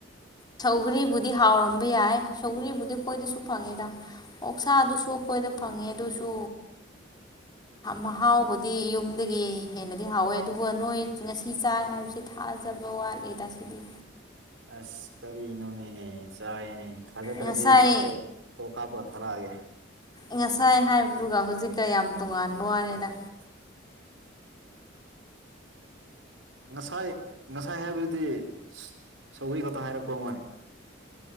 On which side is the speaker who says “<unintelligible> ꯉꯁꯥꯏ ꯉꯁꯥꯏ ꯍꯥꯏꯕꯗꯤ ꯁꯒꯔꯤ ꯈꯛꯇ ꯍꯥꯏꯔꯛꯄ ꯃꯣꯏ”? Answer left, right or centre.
Right